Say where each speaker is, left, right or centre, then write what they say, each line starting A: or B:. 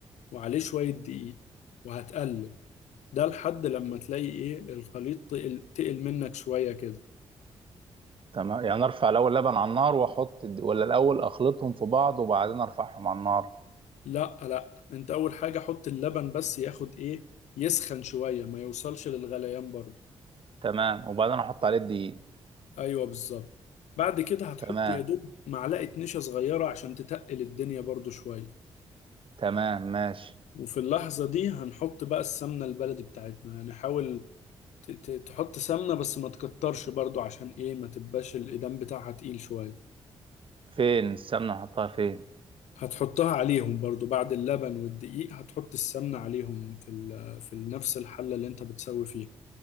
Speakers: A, on the left; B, on the right.
A: وعليه شوية دقيق وهتقلب ده لحد لما تلاقي إيه الخليط تقل, تقل منك شوية كده
B: تمام يعني ارفع الاول لبن على النار واحط الد- ولا الاول اخلطهم في بعض وبعدين ارفعهم على النار
A: لا لا أنت أول حاجة حط اللبن بس ياخد إيه يسخن شوية ما يوصلش للغليان برضه
B: تمام وبعدين احط عليه الدقيق
A: أيوه بالظبط بعد كده هتحط
B: تمام
A: يا دوب معلقة نشا صغيرة عشان تتقل الدنيا برضه شوية
B: تمام ماشي
A: وفي اللحظة دي هنحط بقى السمنة البلدي بتاعتنا هنحاول ت- ت- تحط سمنة بس ما تكترش برضو عشان ايه ما تبقاش الإيدام بتاعها تقيل شوية
B: فين السمنه احطها فين
A: هتحطها عليهم برضو بعد اللبن والدقيق هتحط السمنة عليهم في ال في نفس الحلة اللي انت بتسوي فيها